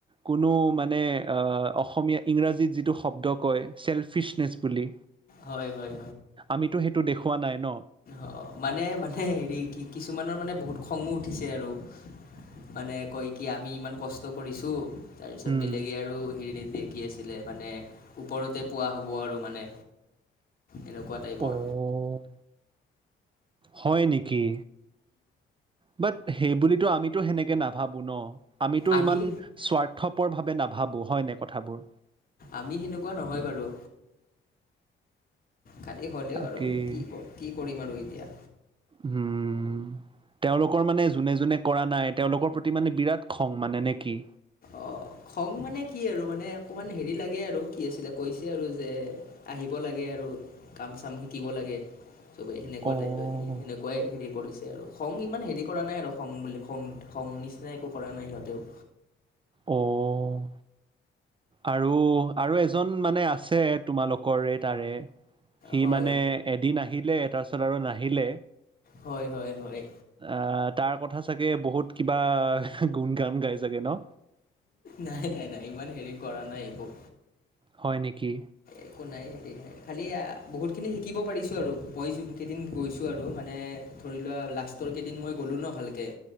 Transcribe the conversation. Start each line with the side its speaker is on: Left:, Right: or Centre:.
Right: কোনো মান নে অ', অসমীয়া ইংৰাজীত যিটো শব্দ কয়, চেলফিচনেছ বুলি
Left: হয় হয়
Right: আমিতো সেইটো দেখুওৱা নাই ন
Left: অ, মানে, মানে, হেৰি, কি কিছুমানৰ মানে বহুত খঙো উঠিছে আৰু, মানে কয় কি আমি ইমান কষ্ট কৰিছোঁ তাৰপিছত
Right: উম।
Left: বেলেগে আৰু হেৰি <unintelligible> ‌ কি আছিলে, মানে ওপৰতে পোৱা হ'ব আৰু মানে এনেকুৱা টাইপৰ
Right: অ', হয় নেকি? বাত, সেইবুলিতো আমিতো সেনেকে নাভাবো ন! আমিতো
Left: আমি
Right: ইমান স্বাৰ্থপৰভাৱে নাভাবোঁ হয় নাই কথাবোৰ?
Left: আমি সেনেকুৱা নহয় বাৰু! খালি হ'লেও
Right: তাকেই
Left: আৰু কি কি কৰিম আৰু এতিয়া
Right: উম তেওঁলোকৰ মানে জোনে জোনে কৰা নাই, তেওঁলোকৰ প্ৰতি মানে বিৰাট খং মানে নে কি?
Left: অ' খং মানে কি আৰু মানে অকমান হেৰি লাগে আৰু, কি আছিলে, কৈছে আৰু যে আহিব লাগে আৰু আৰু কাম চাম শিকিব লাগে চবেই সেনেকুৱা
Right: অ',
Left: টাইপ সেই সেনেকুৱাই হেৰি কৰিছে আৰু খং ইমান হেৰি কৰা নাই আৰু, খং বুলি খং, খং, নিচিনা একো কৰা নাই সিহঁতেও
Right: অ' আৰু, আৰু এজন মানে আছে তোমালোকৰে তাৰে সি
Left: হয়
Right: মানে এদিন আহিলে তাৰপিছত আৰু নাহিলে
Left: হয় হয় হয়
Right: আহ তাৰ কথা চাগে বহুত কিবা গুণ গান গাই চাগে ন
Left: নাই নাই নাই ইমান হেৰি কৰা নাই একো
Right: হয় নিকি
Left: একো নাই হেৰি নাই খালী বহুতখিনি শিকিব পাৰিছোঁ আৰু মই যোনকেইদিন গৈছোঁ আৰু মানে ধৰি লোৱা লাষ্টৰ কেইদিন মই গ'লো ন ভালকে